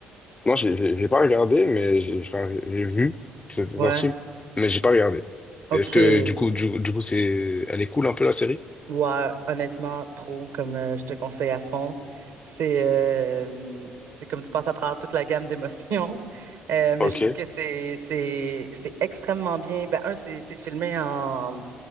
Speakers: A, on the left (about 20°); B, on the right (about 70°).
A: Non, j'ai j'ai- j'ai pas regardé, mais j'ai enfin, j'ai vu, c'était
B: Ouais,
A: sorti, mais j'ai pas regardé.
B: OK.
A: Est-ce que du coup, du, du coup, c'est elle est cool un peu la série?
B: Ouais, honnêtement, trop, comme euh, je te conseille à fond. C'est euh, c'est comme tu passes à travers toute la gamme d'émotions. <laughs> Euh, mais
A: Ok,
B: je trouve que c'est c'est c'est extrêmement bien. Ben, un, c'est c'est filmé en